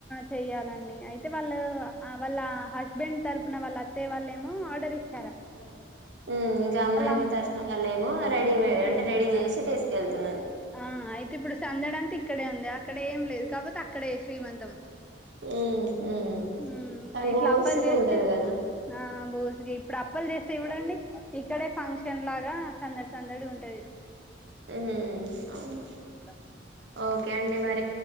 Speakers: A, in the centre; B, on the right.
A: చెయాలండి అయితే వాళ్ వాళ్ళ బెం తరుపున వాళ్ళ అత్తయ్య వాళ్లు ఏమో ఆర్డర్ ఇచ్చ
B: అడ ఇంకా అమ్మాయి
A: అమ్
B: దర్శనం వల్లేమో రెడీ మ
A: చేస్తున్నారు
B: అంటే రెడీ చేసి తీసుకెళ్తున్నారు
A: ఆ అయితే ఇప్పుడు సందడంతా ఇక్కడే ఉంది అక్కడ ఏం లేదు కాపోతే అక్కడే శ్రీమంతం
B: ఉమ్ ఉమ్
A: హ్మ్
B: కానీ
A: ఆ ఇట్లా
B: బోసిగా
A: అప్పాలు చేస్తే
B: ఉంటది కదా
A: ఆ బోసిగా ఇప్పుడు అప్పలు చేస్తే ఎవడండి ఇక్కడే ఫంక్షన్ లాగా సందడి సందడి గుంటది
B: ఊమ్ అవును
A: అ
B: ఓకే అండి మర్